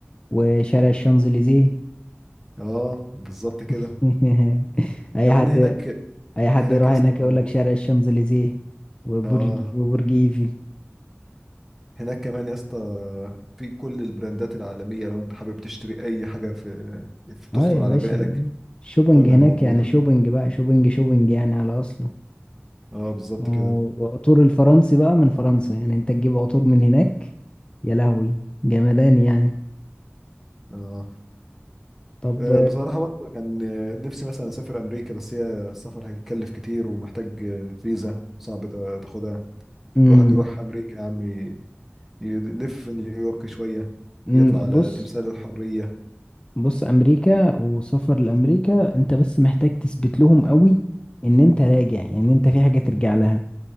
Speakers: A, on the left (about 25°); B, in the centre.
A: وشارع الشانزليزيه
B: اه بالظبط كده
A: <laughs> اي
B: كمان
A: حد
B: هناك
A: اي حد
B: هناك
A: يروح
B: يا
A: هناك
B: اسطى موجود
A: يقول لك شارع الشانزليزيه وبرج
B: اه
A: وبرج ايفل
B: هناك كمان يا اسطى في كل البراندات العالمية لو انت حابب تشتري اي حاجة في, في تخطر
A: اه يا باشا
B: على بالك
A: شوبنج
B: كلها
A: هناك
B: موجودة
A: يعني شوبنج بقى شوبنج شوبنج يعني على اصله
B: اه بالظبط
A: ما هو
B: كده
A: وعطور الفرنسي بقى من فرنسا يعني انت تجيب عطور من هناك يا لهوي جمدان يعني
B: اه
A: طب
B: آه، بصراحة برضه كان آه، نفسي مثلا أسافر أمريكا بس هي السفر هيتكلف كتير ومحتاج آه، فيزا صعب تا- تاخدها
A: امم
B: الواحد يروح أمريكا يا عم ي- يلف في نيويورك شوية
A: أمم،
B: يطلع على
A: بص
B: تمثال الحرية
A: بص امريكا وسفر لامريكا انت بس محتاج تثبت لهم قوي ان انت راجع يعني انت في حاجة ترجع لها